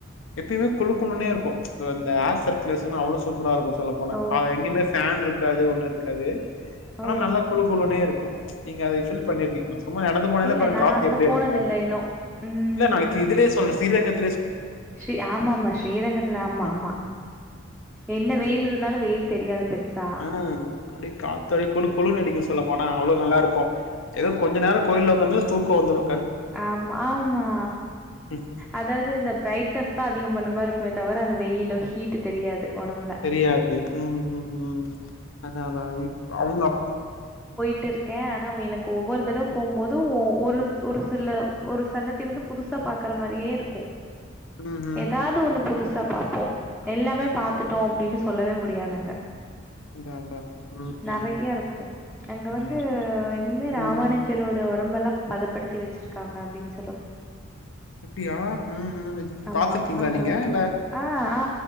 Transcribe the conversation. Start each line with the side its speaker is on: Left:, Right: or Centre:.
Left: எப்பயுமே குளுக்குளுனே இருக்கும் இந்த இந்த ஏர் சர்குலேஷன் அவ்ளோ சூப்பரா இருக்கும் சொல்ல போன
Centre: ஓ
Left: கா எங்கியுமே ஃபேன் இருக் <unintelligible> அது ஒண்ணு இருக்கு அது
Centre: ஓ
Left: ஆனா நல்ல குளுகுளுனே இருக்கும் நீங்க அத ஃபீல் பண்ணிருக்கீங்ளா சும்மா நடந்து போனாலே
Centre: இல்ல
Left: பாருங்க
Centre: நா
Left: காத்து
Centre: அங்க
Left: எப்டி
Centre: போனதில்ல
Left: அடிக்கும்
Centre: இன்னு ம்
Left: இல்ல நான் இதுலயே சொல்றேன் <unintelligible>
Centre: ஸ்ரீ ஆமா-ஆமா ஸ்ரீரங்கத்துல
Left: ஆ
Centre: ஆமா-ஆமா என்ன வெயில்
Left: அன்
Centre: இருந்தாலும் வெயில் தெரியாது பெருசா
Left: ஆ அப்டியே காத்து குளுகுளுன்னு அடிக்கு சொல்லப் போனா அவ்ளோ நல்லா இருக்கும் ஏதோ கொஞ்ச நேரோ கோயில்ல வந்து தூக்கோ வந்தரு
Centre: ஆமா-ஆமா
Left: ம்
Centre: அதாவது இந்த பிரைட்னஸ்தா அதிகம் பண்ண மாரி இருக்குமே தவிர அந்த வெயிலு ஹீட்டு் தெரியாது ஒடம்புல
Left: தெரியாது ம்-ம்-ம் அதா அதா இப் அவுங்க அப்
Centre: ட்டிருக்கே ஆனா எனக்கு ஒவ்வொரு தடவை போம்போதும் ஒவ் ஒரு ஒரு இதுல ஒரு சன்னதி வந்து புதுசா பாக்குற மாதிரியே இருக்கும்
Left: ம் ம்
Centre: ஏதாவது ஒன்னு புதுசா பாப்போம் எல்லாமே பாத்துட்டோ
Left: ம் ம்
Centre: அப்டின்னு சொல்லவே முட் முடியாதங்க
Left: அதா அதா ம்
Centre: நெறைய
Left: ம்
Centre: இருக்கு அங்க
Left: நெறையா
Centre: வந்து இன்னுமே ராமானுஜரோட
Left: ம்
Centre: ஒடம் நல்லா பதப்படுத் ட்டி வச்சிருக்காங்க அப்டின்னு
Left: அப்டியா ம் ம்ஹும் இது
Centre: ஆமா.
Left: பாத்துருக்கீங்களா
Centre: அங்க
Left: நீங்க இல்ல
Centre: ஆ, ஆ.